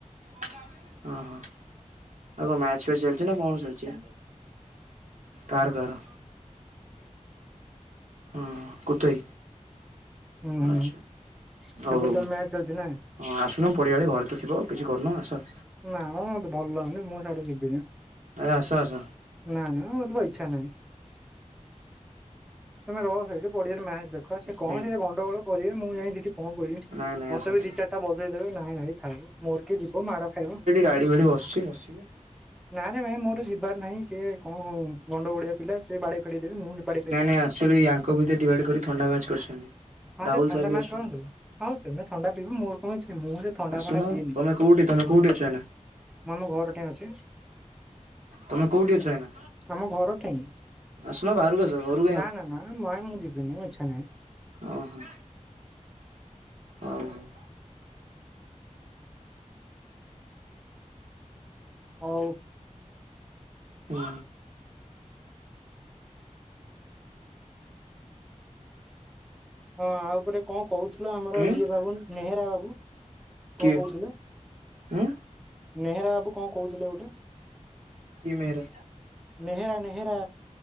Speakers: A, on the right; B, in the centre.
A: ଓହୋ ଆଉ କଣ ମ୍ୟାଚ ଫ୍ୟାଚ ଚାଲିଛି, ନା କଣ ଚାଲିଛି? କାର କାର ହଁ କୁତଇ।
B: ହୁଁ ହୁଁ
A: ଆଛା
B: ସେପଟେ
A: ଆଉ ହଁ
B: ତାହେଲେ ମ୍ୟାଚ ଚାଲିଛି ନା
A: ଆସୁନ ପଡିଆଡେ ଘରେ ତ ଥିବ କିଛି କରୁନାହଁ ଆସ।
B: ନାଁ ମ ମତେ ଭଲ ଲାଗୁନି, ମୁଁ ସାଡେ ଯିବିନି।
A: ଏ ଆସ ଆସ।
B: ନା ନା ମତେ ବା ଇଚ୍ଛା ନାହିଁ ତମେ ରହ ସେଏଇଠି ପଡ଼ିଆରେ ମ୍ୟାଚ ଦେଖ ସେ କଣ
A: ହୁଁ
B: ସେ ଗଣ୍ଡଗୋଳ କରିବେ ମୁଁ ଯାଇ ସେଠି କଣ କରିବି
A: ନାଇଁ ନାଇଁ
B: ମତେ
A: ଆସ ଆସ
B: ବି ଦି ଚାରିଟା ବଜେଇ ଦେବେ ନାଇଁ ଭାଇ ଥାଉ ମୋର କିଏ ଯିବ ମାଡ ଖାଇବ।
A: ଗାଡ଼ି ମୁଁ ବି ଏଇଠି ବସିଛି। ବସିବେ
B: ନାରେ ଭାଇ ମୋର ଯିବାର ନାହିଁ। ସିଏ କଣ ଗଣ୍ଡ ଗୋଳଆ ପିଲା ସେ ବାଡେଇ ଫାଡେଇ ଦେବେ ମୁଁ ବାଡେଇ
A: ନାଇଁ
B: ଫେରିବିନି।
A: ନାଇଁ ୟାଙ୍କ ଭିତରେ ଡିଭାଇଡ କରି ଥାଣ୍ଡା ମ୍ୟାଚ କରିଛନ୍ତି।
B: ହଁ
A: ରାହୁଲ
B: ସେ ଥଣ୍ଡା
A: ସାର୍ ବି
B: ମ୍ୟାଚ
A: ଆସୁଛନ୍ତି
B: ଖେଳନ୍ତୁ, ଆଉ ତମେ ଥଣ୍ଡା ପିବ ମୋର କଣ ଅଛି। ମୁଁ ସେ ଥଣ୍ଡା
A: ଆସୁନ
B: ଫଣ୍ଡା ପିଏନି
A: ତମେ କୋଉଠି ତମେ କୋଉଠି ଅଛ ଏଇନା?
B: ମୁଁ ଆମ ଘର ଠେଇଁ ଅଛି।
A: ତମେ କୋଉଠି ଅଛ ଏନା?
B: ଆମ ଘର ଠେଇଁ
A: ଆସୁନ ବାହାରକୁ ଆସ ଘରୁ
B: ନା ନା ନା ମୁଁ ମୁଁ ଯିବିନି ଇଛା ନାହିଁ।
A: ଓହୋ ହଉ ହଉ।
B: ହଉ।
A: ହୁଁ।
B: ହଁ ଆଉ ଗୋଟେ କଣ? କହୁଥିଲ ଆମର
A: ଉଁ
B: ଇଏ ବାବୁ ନେହେରା ବାବୁ
A: କିଏ
B: କଣ କହୁଥିଲେ?
A: ଉଁ
B: ନେହେରା ବାବୁ କଣ କହୁଥିଲେ ଗୋ
A: କିଏ ମେହେରା
B: ନେହେରା ନେହେରା।